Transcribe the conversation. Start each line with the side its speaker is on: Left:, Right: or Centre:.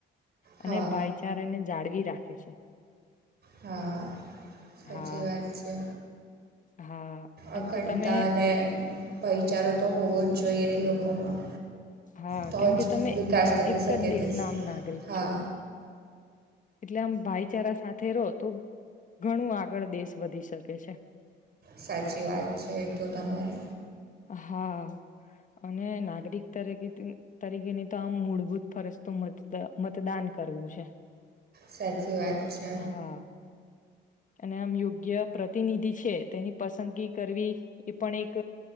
Left: અને
Right: હા
Left: ભાઈચારાને જાળવી રાખે છે.
Right: હા, સાચી
Left: હા
Right: વાત છે.
Left: હા,
Right: અખંડતા
Left: એમ કે તમે
Right: અને ભાઈચારો, તો હોવો જ જોઈએ લોકોમાં
Left: હા,
Right: તો
Left: કેમકે
Right: જ
Left: તમે
Right: વિકાસ કરી
Left: એકજ
Right: શકે
Left: દેસના,
Right: દેશ
Left: આમ નાગરિક
Right: હા
Left: છો. એટલે આમ ભાઈચારા સાથે રહો, તો ઘણું આગળ દેશ વધી, શકે છે.
Right: સાચી વાત છે, તો તમારે
Left: હા. અને નાગરિક તરીકે તરીકેની, તો આમ મૂળભૂત ફરજ તો મ મતદાન કરવું છે.
Right: સાચી, વાત છે.
Left: હા અને આમ યોગ્ય પ્રતિનિધિ છે, તેની પસંદગી કરવી એ પણ એક